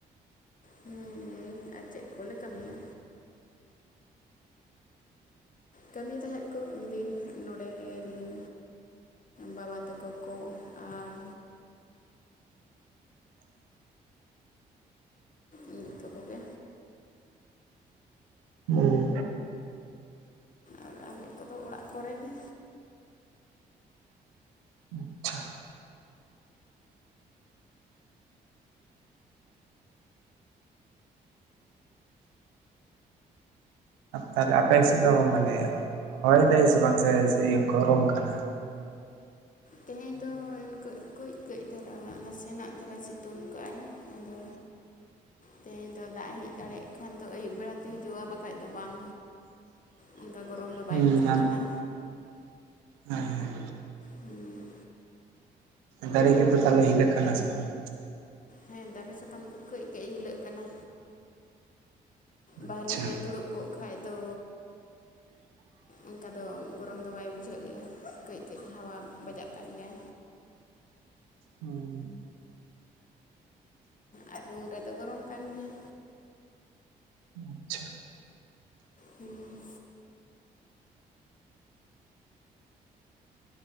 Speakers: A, on the left; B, on the right.
A: ᱦᱮᱸ ᱟᱨ ᱪᱮᱫ ᱠᱚᱞᱮ ᱠᱟᱹᱢᱤᱭᱟ ᱠᱟᱹᱢᱤ ᱛᱟᱦᱮᱸᱫ ᱠᱚ ᱩᱱᱫᱤᱱ ᱱᱚᱰᱮ ᱨᱮᱱ ᱵᱟᱵᱟ ᱛᱟᱠᱚ ᱠᱚ ᱟᱨ
B: <inaudible>
A: ᱡᱚᱛᱚ ᱠᱚᱜᱮ
B: ᱦᱮᱸ
A: ᱟᱨ ᱟᱞᱮ ᱠᱚᱫᱚ ᱚᱲᱟᱜ ᱠᱚᱨᱮ ᱜᱮ
B: ᱟᱪᱪᱷᱟ ᱛᱟᱦᱞᱮ ᱟᱯᱮ ᱥᱮᱫ ᱫᱚ ᱢᱟᱱᱮ ᱦᱳᱭ ᱫᱟᱭ ᱥᱮ ᱵᱟᱝ ᱥᱮ ᱜᱚᱨᱚᱢ ᱠᱟᱱᱟ?
A: ᱛᱮᱦᱮᱧ ᱫᱚ ᱠᱟᱹᱡ ᱠᱟᱹᱡ ᱫᱷᱟᱨᱟ ᱱᱟᱥᱮᱱᱟᱜ ᱫᱷᱟᱨᱟ ᱥᱤᱛᱩᱝ ᱠᱟᱜᱼᱟᱭ ᱟᱫᱚ
B: <inaudible>
A: ᱛᱮᱦᱮᱧ ᱫᱚ ᱫᱟᱜ ᱦᱮᱡ ᱫᱟᱲᱮᱭᱟᱜ ᱠᱷᱟᱱ ᱫᱚ ᱟᱹᱭᱩᱵ ᱵᱮᱲᱟ ᱛᱮ ᱦᱤᱡᱩᱜᱼᱟ ᱵᱟᱠᱷᱟᱡ ᱫᱚ ᱵᱟᱝ
B: <unintelligible>
A: ᱚᱱᱠᱟ ᱜᱚᱨᱚᱢ ᱫᱚ ᱵᱟᱭ
B: ᱦᱩᱸ
A: ᱵᱩᱡᱷᱟᱹᱜ ᱠᱟᱱᱟ᱾
B: ᱦᱮᱸ ᱦᱮᱸᱸ
A: ᱦᱮᱸ
B: ᱫᱟᱨᱮ ᱠᱚ ᱛᱟᱦᱞᱮ ᱦᱤᱞᱟᱹᱜ ᱠᱟᱱᱟ ᱥᱮ ᱵᱟᱝ?
A: ᱦᱮᱸ ᱫᱟᱨᱮ ᱥᱟᱠᱟᱢ ᱠᱚ ᱠᱟᱹᱡ ᱠᱟᱹᱡ ᱦᱤᱞᱟᱹᱜ ᱠᱟᱱᱟ᱾ ᱵᱟᱦᱨᱮ
B: ᱟᱪᱪᱷᱟ
A: ᱨᱮ ᱫᱩᱲᱩᱵ ᱠᱚᱜ ᱠᱷᱟᱡ ᱫᱚ
B: <inaudible>
A: ᱚᱱᱠᱟ ᱫᱚ ᱜᱚᱨᱚᱢ ᱫᱚ ᱵᱟᱭ ᱵᱩᱡᱷᱟᱹᱜ ᱜᱮᱭᱟ ᱠᱟᱹᱡ ᱠᱟᱹᱡ ᱦᱟᱣᱟ ᱵᱟᱡᱟᱜ ᱠᱟᱱ ᱜᱮᱭᱟ᱾
B: ᱦᱮᱸ
A: ᱟᱨ ᱨᱩᱢ ᱨᱮᱫᱚ ᱜᱚᱨᱚᱢ ᱠᱟᱱ ᱜᱮᱭᱟ᱾
B: ᱟᱪᱪᱷᱟ
A: ᱦᱮᱸ